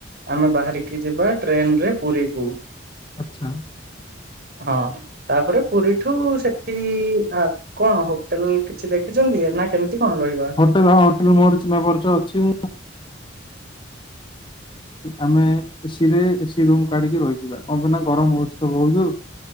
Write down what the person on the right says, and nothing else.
ଆମେ ବାହାରିକି ଯିବା ଟ୍ରେନରେ ପୁରୀକୁ।
ହଁ ତାପରେ ପୁରୀଠୁ ସେଠି କଣ ହଉ କିଛି ଦେଖିଛନ୍ତି ନା କେମିତି କଣ ରହିବ?